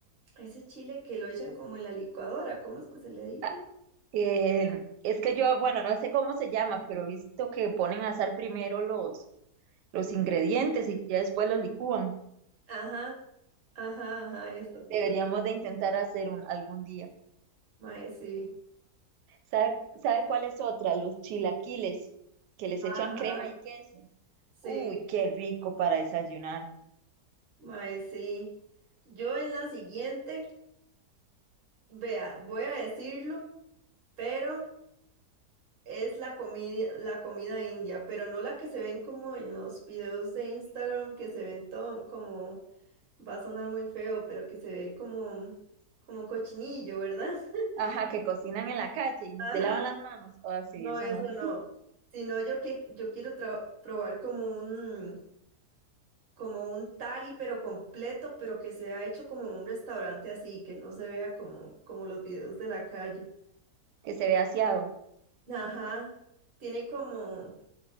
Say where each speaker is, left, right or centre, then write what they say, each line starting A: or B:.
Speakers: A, on the right; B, on the right.
A: ese chile que lo echan como en la licuadora, ¿cómo es que se le dice?
B: Ah, eh, es que yo, bueno, no sé cómo se llama, pero he visto que ponen a asar primero los, los ingredientes y ya después los licúan.
A: Ajá, ajá, ajá, eso.
B: Deberíamos
A: lo-
B: de intentar hacer un algún día.
A: Mae, sí.
B: ¿Sabe, sabe cuál es otra? Los chilaquiles, que les
A: Ajá,
B: echan crema y queso.
A: sí,
B: Uy, qué rico para desayunar.
A: mae, sí. Yo en la siguiente, vea, voy a decirlo, pero es la comida, la comida india, pero no la que se ven como en los videos de Instagram que se ven todo como Va a sonar muy feo, pero que se ve como, como cochinillo, ¿verdad? <laughs>
B: Ajá, que cocinan en la calle y ni
A: Ajá,
B: se lavan las manos. o sí,
A: no,
B: eso
A: eso
B: no.
A: no. Sino yo que yo quiero tra- probar como un como un tali, pero completo, pero que sea hecho como en un restaurante así, que no se vea como, como los videos de la calle.
B: Que se ve aseado.
A: Ajá. Tiene como,